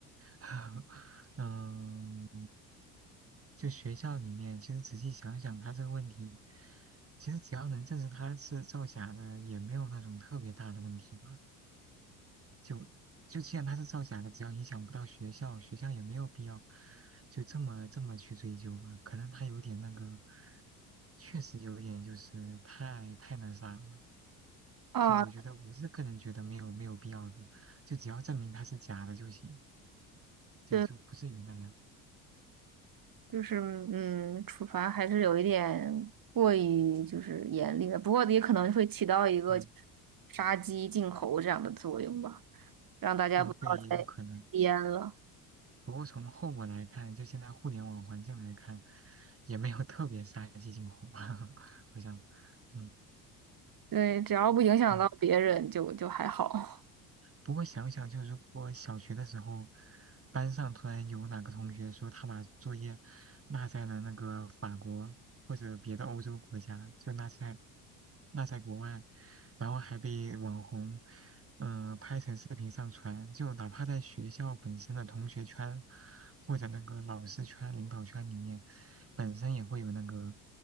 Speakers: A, on the right; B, on the right.
A: <laughs> 嗯，就学校里面，其实仔细想想，他这个问题，其实只要能证实他是造假的，也没有那种特别大的问题吧。就就既然它是造假的，只要影响不到学校，学校也没有必要就这么这么去追究吧。可能他有点那个，确实有点就是太太那啥了。
B: 啊，
A: 就我觉得我是个人觉得没有没有必要的，就只要证明它是假的就行，就就不至于那样。
B: 对，就是嗯，处罚还是有一点过于就是严厉的，不过也可能会起到一个就是杀鸡儆猴这样的作用吧，
A: 对，
B: 让大家不要再编了。
A: 哦对，也有可能。不过从后果来看，就现在互联网环境来看，也没有特别杀鸡儆猴吧，<laughs> 好像，嗯
B: 对，只要不影响到别人就，
A: 嗯。
B: 就还好。
A: 不过想想，就如果小学的时候，班上突然有哪个同学说他把作业落在了那个法国或者别的欧洲国家，就落在落在国外，然后还被网红嗯、呃拍成视频上传，就哪怕在学校本身的同学圈或者那个老师圈、领导圈里面，本身也会有那个